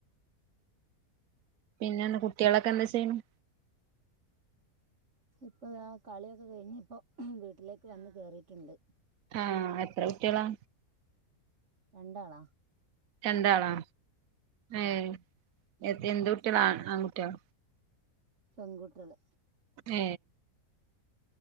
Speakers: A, on the right; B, on the right.
A: പിന്നെ കുട്ടികളൊക്കെ എന്താ ചെയ്യുന്നു.
B: ഇപ്പൊ ആ കളിയൊക്കെ കഴിഞ്ഞ് ഇപ്പോ വീട്ടിലേക്ക് വന്ന് കേറിയിട്ടുണ്ട്.
A: ആ എത്ര കുട്ടികളാ.
B: രണ്ടാളാ.
A: രണ്ടാളാ.
B: ആ
A: ഏഹ് എന്ത് കുട്ടികളാ, ആൺകുട്ടികളാ
B: പെൺകുട്ടികള്.
A: ആ